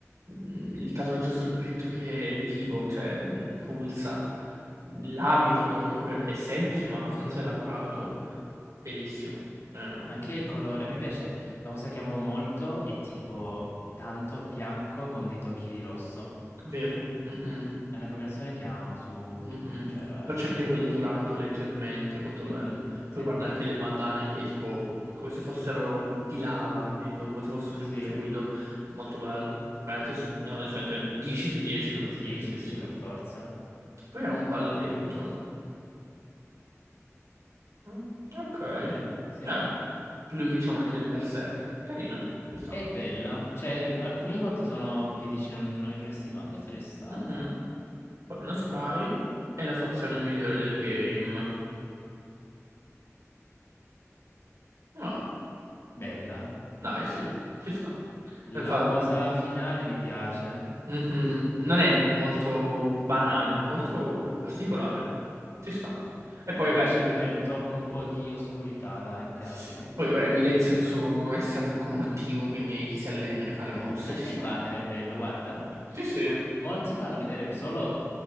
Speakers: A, on the right; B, on the left.
A: mm, il tatuaggio sul petto che è vivo, cioè mm, pulsa, l'abito che comunque è semplice ma abbastanza elaborato, bellissimo, Ehm,
B: Anche il colore, a me piace, la cosa che amo molto è tipo tanto bianco con dei tocchi di rosso.
A: vero? Mhm,
B: È una combinazione che amo su
A: mhm.
B: tutto in generale.
A: Poi c'è anche quel dorato leggermente, molto
B: Mhm,
A: bello. Poi
B: Sì,
A: guarda anche le bandane che tipo come se fossero di lava, capito? Come se fossero
B: sì.
A: di un fluido, molto bello. Veramente, s- no, onestamente, 10 su 10 come skin,
B: 10,
A: bellissimo.
B: sì, per forza.
A: Poi ha un balletto.
B: La emote?
A: Mm, Ok.
B: Eh dai, sì.
A: Eh. Lui che diciamo entra in berserk. Carina, ci sta.
B: È bella, cioè
A: Mhm,
B: alcuni emote sono che dici non, non le faresti mai, questa ci sta,
A: mhm.
B: dai.
A: Poi uno spray. È la sua azione migliore del game. Ah,
B: Bella.
A: dai, sì, ci sta.
B: La
A: E fa-
B: posa finale mi piace.
A: mhm. Non è molto banale, è molto particolare. Ci sta. E poi,
B: Mi
A: vabbè,
B: piace
A: mm,
B: quel tocco un po' di oscurità, dai, mi piace,
A: sì, sì.
B: sì.
A: Poi, vabbè, evidenzia il suo essere combattivo, quindi chi si allena, che fa le
B: Sì.
A: mosse,
B: Anche
A: ci sta.
B: il banner è bello, guarda.
A: Sì, sì.
B: Molti fanno vedere solo